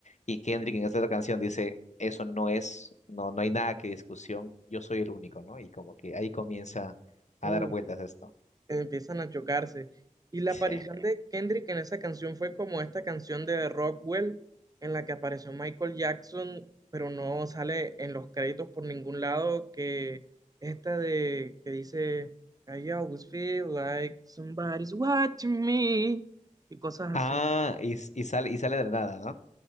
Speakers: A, on the left (about 55°); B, on the right (about 25°).
A: Y Kendrick en esta otra canción dice, eso no es, no, no hay nada que discusión, yo soy el único, ¿no? Y como que ahí comienza a
B: Uf.
A: dar vueltas esto.
B: empiezan a chocarse. Y la
A: Sí.
B: aparición de Kendrick en esa canción fue como esta canción de Rockwell en la que apareció Michael Jackson, pero no sale en los créditos por ningún lado, que esta de que dice I always feel like somebody's watching me y cosas así.
A: Ah, y, s- y sale, y sale de la nada, ¿no?